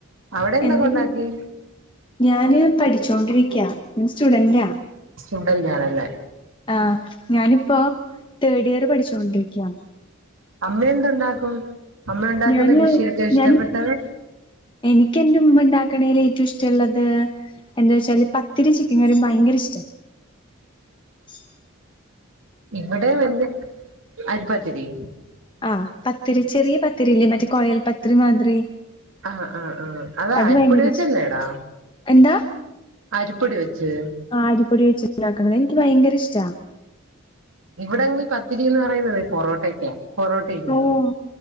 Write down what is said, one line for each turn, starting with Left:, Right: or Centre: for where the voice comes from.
Right: അവിടെ എന്തൊക്കെ
Left: എന്റെ
Right: ഉണ്ടാക്കി
Left: പിൻ ഞാന് പഠിച്ചോണ്ടിരിക്ക്യ സ്റ്റുഡന്റാ
Right: സുഡല്യാണല്ലേ
Left: ആഹ് ഞാനിപ്പോ തേർഡ് ഇയർ പഠിച്ചോണ്ടിരിക്ക്യാ
Right: അമ്മ എന്ത്‌ ണ്ടാക്കും അമ്മ ഉണ്ടാക്കുന്ന
Left: ഞാന്
Right: ഡിഷിൽ ഏറ്റോ ഇഷ്ടപ്പെട്ടത്
Left: ഞാന് എനിക്ക് എന്റെറെ ഉമ്മണ്ടാക്ക്ണേൽ ഏറ്റവും ഇഷ്ടള്ളത് എന്താ ച്ചാല് പത്തിരി ചിക്കൻ കറിൻ ഭയങ്കര ഇഷ്ട്ട ചിൽ
Right: ഇവിടെ വെന്ത് അരി പത്തിരി
Left: ആഹ് പത്തിരി ചെറിയ പത്തിരി ല്ലേ മറ്റേ കൊയൽ പത്തിരി മാതിരി
Right: ആഹ് ആഹ് ആഹ് ആഹ്
Left: അത്
Right: അരിപ്പൊടി
Left: ഭയങ്കര
Right: വെച്ചല്ലേ
Left: ഇഷ്ട
Right: ടാ
Left: എന്താ
Right: അരിപ്പൊടി വെച്ച്
Left: ആഹ് അരിപ്പൊടി വെച്ചുണ്ടാക്കണുന്നത് എനിക്ക് ഭയങ്കര ഇഷ്ടമാണ്
Right: ഇവിടെങ്ങന പത്തിരി എന്ന് പറയുന്നത് പൊറോട്ടക്കാണ് പൊറോട്ടയില്ല
Left: ഓഹ്